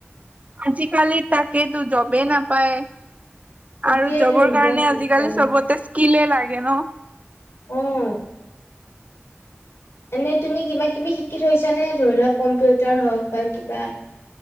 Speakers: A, on the right (about 35°); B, on the left (about 85°).
A: আজিকালি তাকেইতো জবেই নাপায়।
B: সেইটোয়েতো
A: আৰু জবৰ
B: দিগদাৰ
A: কাৰণে
B: হৈছে
A: আজিকালি চবতে স্কিল লাগে ন।
B: উম। এনে তুমি কিবা কিবি শিকি থৈছানে ধৰি লোৱা কম্পিউটাৰ হওঁক বা কিবা?